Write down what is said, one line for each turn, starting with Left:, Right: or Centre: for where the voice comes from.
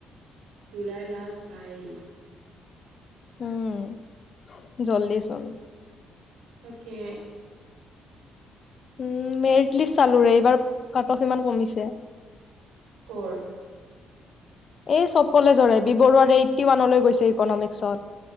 Right: July last. পচ বাই <unintelligible>
Left: উম জল্দি চোন
Right: তাকে।
Left: উ মেৰিট লিষ্ট চালোৰে এইবাৰ কাটা সিমান কমিছে।
Right: কৰৰ?
Left: এই চবফালে কলেজৰে বি বৰুৱাৰ এইতটি ৱানলৈ গৈছে। ইকনমিক্সত